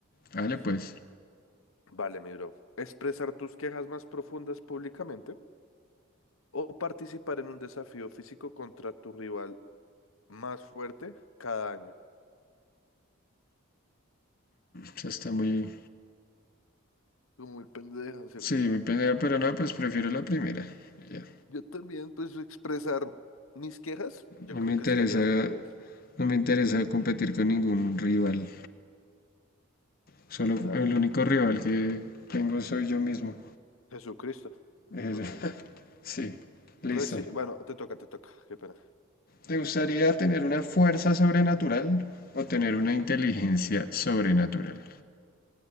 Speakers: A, on the left; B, on the left.
A: dale
B: Ujú.
A: pues.
B: Vale, mi bro. Expresar tus quejas más profundas públicamente o participar en un desafío físico contra tu rival más fuerte cada año.
A: Eso está muy,
B: Tú muy pendeja, ¿cierto?
A: Sí, mi pelea, pero no, pues prefiero la primera. Ya.
B: Yo también, pues, expresar mis quejas, yo
A: No
B: creo
A: me interesa,
B: que estaría re bien,
A: no me interesa competir con ningún rival. Solo
B: claro.
A: el único rival que tengo soy yo mismo.
B: Jesucristo,
A: Eh,
B: por mucho.
A: <laughs> Sí, listo.
B: Reci- bueno, te toca, te toca, qué pena.
A: ¿Te gustaría tener una fuerza sobrenatural o tener una inteligencia sobrenatural?